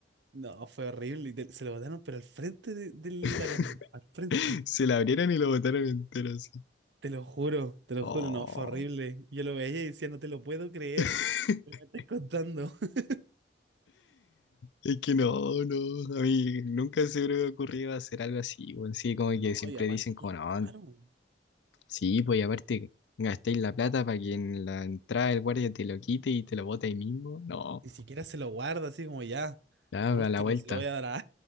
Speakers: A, on the right; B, on the left.
A: No, fue horrible. y te- se lo botaron, pero al frente de, de la
B: <laughs>
A: cara, no, al frente.
B: Se la abrieron y lo botaron entero así.
A: Te lo juro, te lo
B: Oh.
A: juro, no, fue horrible. Yo lo veía y decía, no te lo puedo creer.
B: <laughs>
A: Me lo estás contando. <laughs>
B: Es que no, no, a mí nunca se me hubiera ocurrido hacer algo así, bueno, sí, como que
A: No,
B: siempre
A: y aparte
B: dicen como,
A: que es
B: no,
A: caro.
B: sí, pues y aparte gastéis la plata para que en la entrada el guardia te lo quite y te lo bote ahí mismo, no,
A: Ni siquiera se lo guarda así como ya.
B: ya,
A: Por último,
B: a la vuelta,
A: se lo voy a dar a